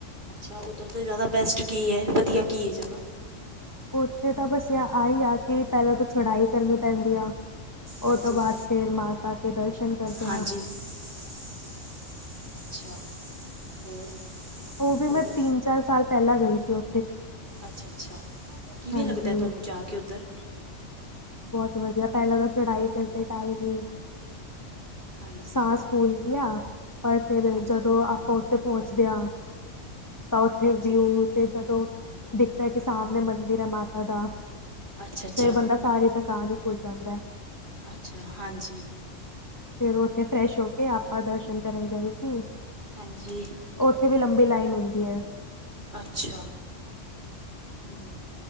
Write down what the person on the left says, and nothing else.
ਉਥੇ ਤਾਂ ਬਾੱਸ ਆ ਈ ਆ ਕਿ ਪੈਲਾਂ ਤਾਂ ਚੜਾਈ ਕਰਨੀ ਪੈਂਦੀ ਆ। ਓ
ਤੋਂ ਬਾਦ ਫੇਰ ਮਾਤਾ ਕੇ ਦਰਸ਼ਨ ਕਰਦੇਆਂ।
ਉ ਵੀ
ਮੈਂ ਤਿੰਨ-ਚਾਰ ਸਾਲ ਪੈਲਾਂ ਗਈ ਸੀ ਓ
ਹਾਂਜੀ
ਬੋਤ ਵਦੀਆ ਪੈਲਾਂ ਤਾਂ ਚੜਾਈ ਕਰਦੇ ਟਾਈਮ ਈ,
ਸਾਂਸ ਸੂਕੂਲ ਦੀਆਂ ਪਰ ਫੇਰ
ਜਦੋਂ ਆਪਾਂ ਉਥੇ ਪਹੁੰਚਦੇ ਆਂ, ਤਾਂ ਓਥੇ
ਵਿਊ ਤੇ ਜਦੋਂ, ਦੇਖਦਾ ਕਿ ਸਾਮਨੇ ਮੰਦਿਰ ਐ ਮਾਤਾ ਦਾ,
ਫੇਰ ਬੰਦਾ ਸਾਰੀ ਥਕਾਨ ਈ ਭੁੱਲ ਜਾਂਦੈ।
ਫਿਰ ਓਥੇ ਫਰੈਸ਼ ਹੋ ਕੇ ਆਪਾਂ ਦਰਸ਼ਨ ਕਰਨ ਗਏ ਸੀ।
ਓਥੇ ਵੀ ਲੰਬੀ ਲਾਈਨ ਹੁੰਦੀ ਐ।